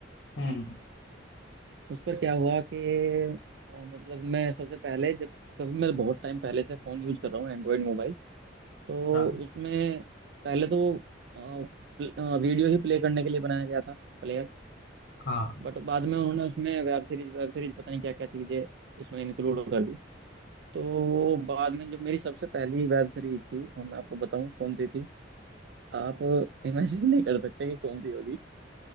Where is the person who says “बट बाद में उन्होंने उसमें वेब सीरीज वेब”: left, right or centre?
Right